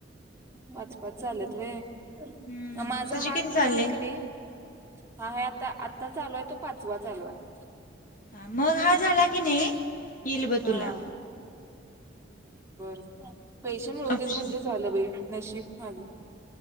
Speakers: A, on the right (about 15°); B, on the left (about 45°).
A: पाच पाचचं आलेत व्हय?
B: हम्म.
A: माझा
B: तुझे
A: हात
B: किती
A: तुझा
B: चालले?
A: आहे कनी? हा आहे आता आ- आत्ता चालू आहे तो पाचवा चालू आहे.
B: हा, मग हा झाला की नाही- इ ल बं
A: हा
B: तुला-
A: बर बर. पैसे मिळूदेत
B: ऑप्शन.
A: म्हणजे झालं बाई. नशीब माझं.